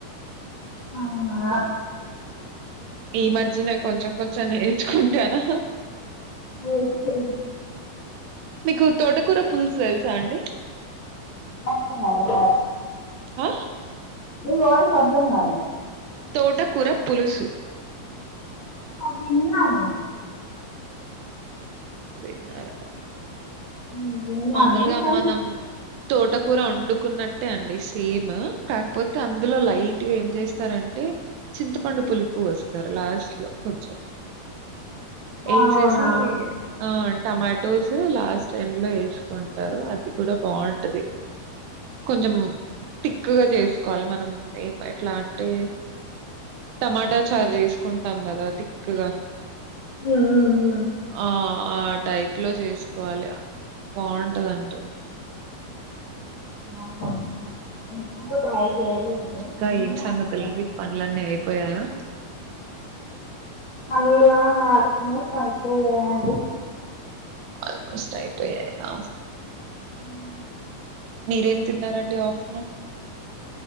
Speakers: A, on the left (about 50°); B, on the right (about 80°).
A: అవునా
B: ఈ మధ్యనేే కొంచెం కొంచెం నేర్చుకుంటాను
A: ఒకే
B: మీకు తోట కూర పులుసు తెలుసా అండి
A: అర్థం కాలే
B: ఆ
A: నీ వాయిస్ అర్థం కాలే
B: తోటకూర పులుసు
A: అ విన్నను
B: <unintelligible>
A: ఉమ్, విన్నాను
B: మామూలుగా
A: కానీ
B: మనం తోటకూర వండు కున్నట్టే అండి సేమ్ కాకపోతే అందులో లైట్ గా ఏం చేస్తారంటే చింతపండు పులుపు వేస్తారు లాస్ట్ లో కొంచెం ఏసేసి
A: అవునా
B: ఆ టమా టోసు లాస్ట్ టైం లో ఏ చుకుంటారు అది కూడా బావుంటది కొంచెం తిక్కుగా చేసుకోవాలి మనం ఏం ఎట్లా అంటే టమాటా చారు చేసుకుంటాం కదా తిక్కుగా
A: ఉమ్ ఉమ్ ఉమ్
B: ఆ ఆ టై ట్లో చేసుకోవాలి బావుంటదండి
A: <unintelligible>
B: కా
A: విన్నాను
B: ఏం సంగతులండి
A: కాకపోతే
B: పనులన్నీ అయిపోయాయా
A: అల్లో మోస్ట్ అయిపోయాండి
B: ఆల్మోస్ట్ అయిపోయాయా
A: ఉమ్
B: మీరేం తిన్నారండి ఆఫ్ <unintelligible>